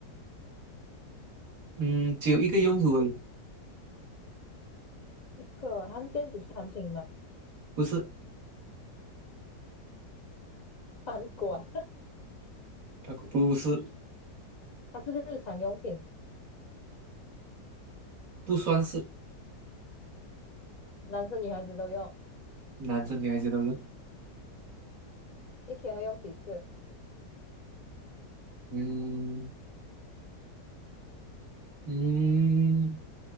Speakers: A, on the right (about 55°); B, on the left (about 40°).
A: 嗯，只有一个用途而已，
B: 一个它是电子产品嘛，
A: 不是，
B: 反过来
A: 它不是，
B: 它是日常用品，
A: 不算是，
B: 男生女孩子都用，
A: 男生女孩子都有，
B: 一天会用几次？
A: 嗯嗯，